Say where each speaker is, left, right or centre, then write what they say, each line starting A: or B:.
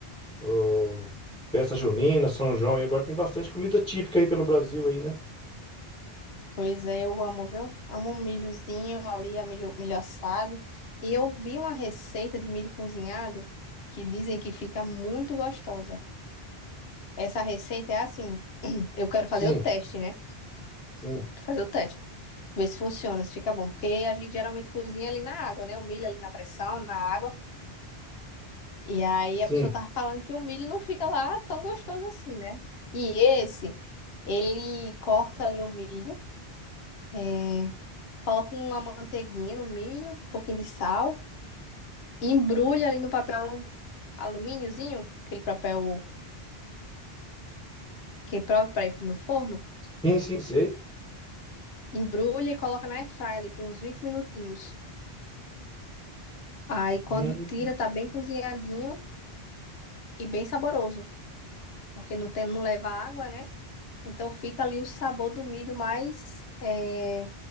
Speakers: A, in the centre; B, on the left (about 75°).
A: ó, festa junina, São João, e agora tem bastante comida típica aí pelo Brasil aí, né?
B: Pois é, eu amo, viu? Amo um milhozinho ali, a milho, milho assado. E eu vi uma receita de milho cozinhado que dizem que fica muito gostosa. Essa receita é assim, <clears throat> eu quero fazer
A: Sim,
B: o teste, né?
A: sim,
B: Quero Fazer o teste. Ver se funciona, se fica bom. Porque a gente geralmente cozinha ali na água, né? O milho ali na pressão, na água. E aí
A: sim.
B: a pessoa tava falando que o milho não fica lá tão gostoso assim, né? E esse, ele corta ali o milho. é, Coloca uma manteiguinha, um milho, um pouquinho de sal. E embrulha ali no papel alumíniozinho, aquele papel que é próprio para ir no forno.
A: Sim, sim, sei.
B: Embrulha e coloca na airfryer ali por uns 20 minutinhos. Aí quando
A: Hum,
B: tira, tá bem cozinhadinho e bem saboroso. Porque não tem, não leva água, né? Então fica ali o sabor do milho mais é,